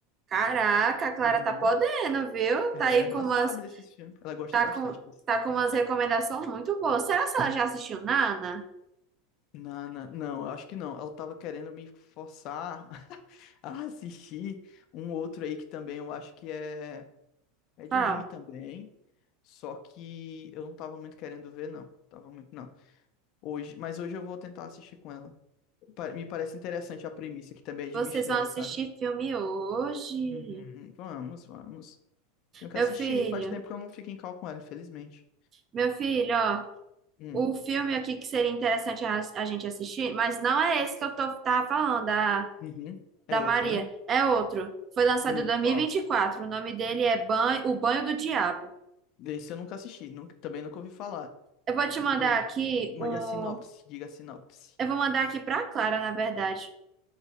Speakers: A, on the right; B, on the left.
A: Caraca, a Clara
B: Uhum.
A: tá podendo, viu?
B: É,
A: Tá aí
B: ela
A: com umas,
B: sabe desses filmes, ela gosta
A: tá
B: bastante
A: com,
B: disso.
A: tá com umas recomendações muito boas. Será que ela já assistiu Nana?
B: Não, não, não, eu acho que não. Ela tava querendo me forçar <laughs> a assistir um outro aí que também eu acho que é. É de
A: Ah,
B: anime também, só que eu não tava muito querendo ver, não. Tava muito, não. Hoje, mas hoje eu vou tentar assistir com ela. Pa- Me parece interessante a premissa, que também é de
A: vocês
B: mistério,
A: vão assistir
B: sabe?
A: filme hoje.
B: Uhum, vamos, vamos. Tenho que
A: Meu
B: assistir.
A: filho,
B: Faz tempo que eu não fico em call com ela, infelizmente.
A: meu filho, ó,
B: Hum,
A: o filme aqui que seria interessante a, a gente assistir, mas não é esse que eu tô, tava falando, da,
B: uhum. É
A: da
B: outro,
A: Maria,
B: né?
A: é outro. Foi lançado
B: Hum,
A: em 2024,
B: qual?
A: o nome dele é Banho, O Banho do Diabo.
B: Esse eu nunca assisti, nunca- também nunca ouvi falar.
A: Eu vou te
B: Diga
A: mandar
B: aí.
A: aqui
B: Mande
A: um
B: a sinopse, diga a sinopse.
A: Eu vou mandar aqui pra Clara, na verdade.